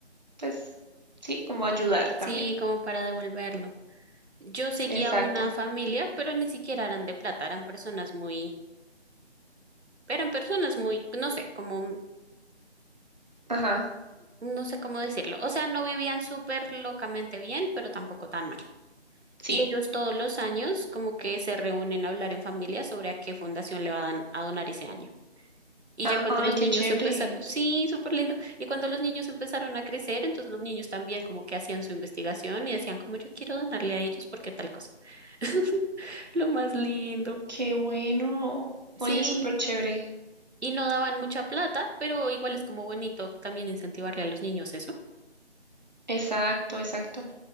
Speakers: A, on the right; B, on the right.
A: pues, sí, como ayudar también.
B: Sí, como para devolverlo. Yo seguía
A: Exacto.
B: una familia, pero ni siquiera eran de plata, eran personas muy, eran personas muy, no sé, como,
A: Ajá,
B: no sé cómo decirlo. O sea, no vivían súper locamente bien, pero tampoco tan mal.
A: sí.
B: Y ellos todos los años como que se reúnen a hablar en familia sobre a qué fundación le van a donar ese año. Y
A: Ah,
B: ya cuando
A: ay,
B: los
A: qué
B: niños
A: chévere.
B: empezaron, sí, súper lindo. Y cuando los niños empezaron a crecer, entonces los niños también como que hacían su investigación y decían como yo quiero donarle a ellos porque tal cosa. <laughs> Lo más lindo.
A: Qué bueno.
B: Sí,
A: Oye, súper chévere.
B: y no daban mucha plata, pero igual es como bonito también incentivarle a los niños eso.
A: Exacto, exacto.